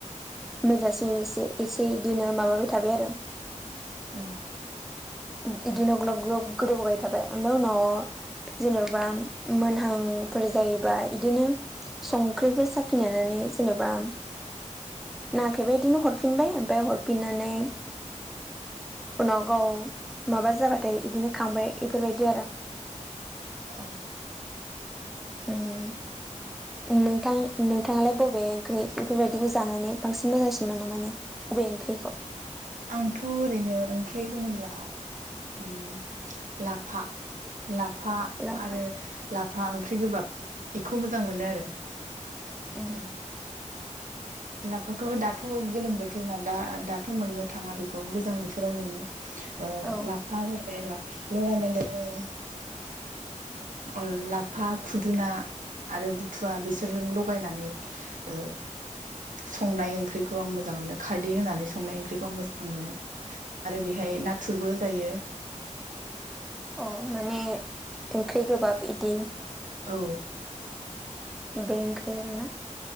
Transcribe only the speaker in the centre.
मोनजासिम एसे इसे इदिनो माबाबाय थाबाय आरो
बिदिनो ग्लब ग्लब गोदौहोबाय थाबाय ओमफ्राय उनाव जेन'बा मोनहांफोर जायोबा इदिनो संख्रिफोर साखिनायनानै जेनेबा नाङाखैबा बिदिनो हरफिनबाय ओमफ्राय हरफिननानै उनाव गाव माबा जाबाथाय बिदिनो खांबाय बेफोरबायदि आरो
उम नोंथां नोंथाङालाय बबे ओंख्रि बेफोरबायदिखौ जानानै बांसिन मोजांसिन मोनो माने‌ अबे ओंख्रिखौ?
लाफा
उम
औ
अ माने ओंख्रि गोबाब इदि
बेंक्रिमोनना